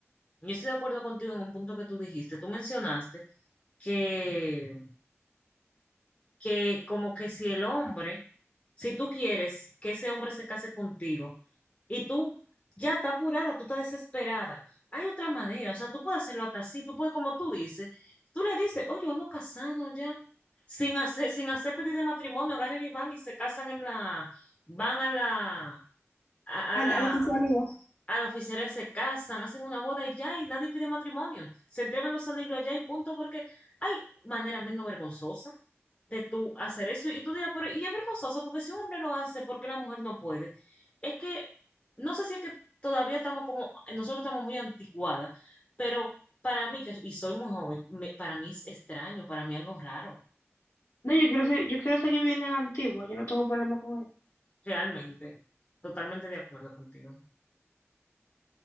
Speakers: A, on the left (about 25°); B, on the left (about 65°).
A: Yo estoy de acuerdo contigo en un punto que tú dijiste. Tú mencionaste que, que como que si el hombre, si tú quieres que ese hombre se case contigo y tú ya estás apurada, tú estás desesperada, hay otra manera, o sea, tú puedes hacerlo hasta así, tú puedes, como tú dices, tú le dices, oye, vamos a casarnos ya, sin hacer, sin hacer pedir de matrimonio, agarran y van y se casan en la, van a la, a,
B: a,
A: a la
B: la a la oficialidad.
A: a los oficiales se casan, hacen una boda y ya, y nadie pide matrimonio. Se entregan los anillos allá y punto, porque hay manera menos vergonzosa de tú hacer eso. Y tú dirás, pero y es vergonzoso, porque si un hombre lo hace, ¿por qué la mujer no puede? Es que, no sé si es que todavía estamos como, nosotros estamos muy anticuadas, pero para mí, que, y soy muy joven, me- para mí es extraño, para mí algo raro,
B: No, yo quiero ser- yo quiero seguir viviendo en la antigua, yo no tengo problema con eso.
A: realmente. Totalmente de acuerdo contigo.